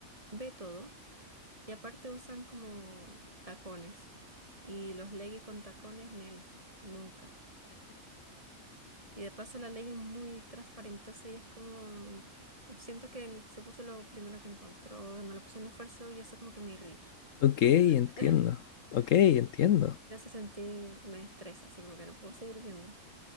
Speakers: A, on the right; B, on the left.
A: ve todo y aparte usan como tacones. Y los leggings con tacones, Nel, nunca. Y de paso la legging muy transparentosa y es como, siento que en- se puso lo primero que encontró, no le puso un esfuerzo y eso como que me irrita.
B: Ok, entiendo.
A: <laughs>
B: Ok, entiendo.
A: Me hace sentir, me estresa, así como que no puedo seguir viendo.